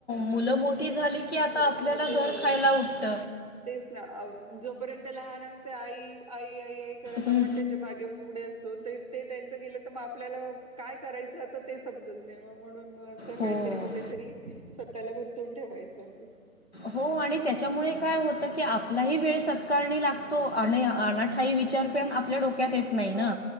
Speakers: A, on the left (about 45°); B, on the right (about 25°).
A: मुलं मोठी झाली- की, आता
B: मो
A: आपल्याला
B: मोठे
A: घर
B: हो
A: खायला उठत.
B: तेच ना, जोपर्यंत लहान अस- ते आई, आई, आई, आई करत
A: हं.
B: आपण त्याच्या मागे, पुढे असतो. ते, ते त्यांच गेलं तर मा- आपल्याला काय करायचं आता ते समजत नाही, मग म्हणून मग असं
A: हो.
B: काहीतरी कुठेतरी- स्वतःला गुंतवून ठेवायचं अगदी.
A: हो आणि त्याच्यामुळे काय होतं की, आपलाही वेळ सत्कारणी लागतो आणि अनाठाई विचार- आपल्या डोक्यात येत नाही ना
B: हो